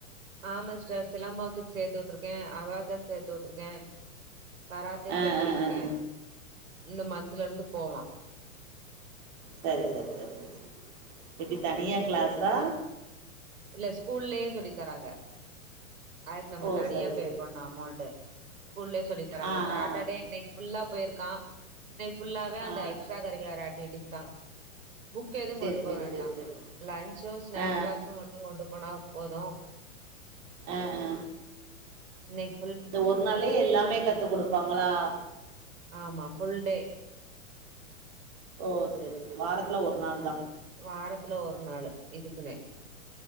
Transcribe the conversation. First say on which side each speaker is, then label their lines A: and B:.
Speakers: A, on the right; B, on the right.
A: ஆமா சிஸ்டர் சிலம்பத்துக்கு சேத்து விட்ருக்கே அபாகஸ் சேத்து விட்ருக்கே கராத்தே
B: ஆ
A: சேத்துவுட்ருக்கே
B: ஆ ஆ ஆ
A: இந்த மந்த்துல இருந்து போவா
B: செரி செரி செரி செரி சரி எப்டி தனியா கிளாஸா
A: இல்ல ஸ்கூல்லயே சொல்லி தாராங்க அதுக்கு நம்ம
B: ஓ
A: தனியா
B: சரி
A: பே
B: சரி சரி
A: பண்ணு
B: சரி
A: அமௌண்டு ஸ்கூல்லயே சொல்லி தராங்க
B: ஆ
A: சாட்டர்டே
B: ஆ
A: இன்னக்கி ஃபுல்லா போய்ருக்கா இன்னைக்கு ஃபுல்லாவே
B: ஆ
A: அந்த
B: ஆ
A: எக்ஸ்ட்ரா கரிக்குலர் ஆக்டிவிட்டிஸ் தா புக் எதுவு
B: சரி
A: கொண்டு
B: சரி
A: போ வேண்டா
B: சரி சரி
A: லன்ச்சு ஸ்நாக்ஸ்
B: ஆ
A: பாக்சு மட்டு கொண்டு போனா போது
B: அ அ
A: இன்னைக்
B: இந்த ஒரு நாள்லே எல்லாமே கத்து குடுப்பாங்களா
A: ஆமா ஃபுல் டே
B: ஓ செரி ச இது வாரத்துல ஒரு நாள்
A: ம்
B: தான்
A: வாரத்துல ஒரு நாள் இதுக்குனே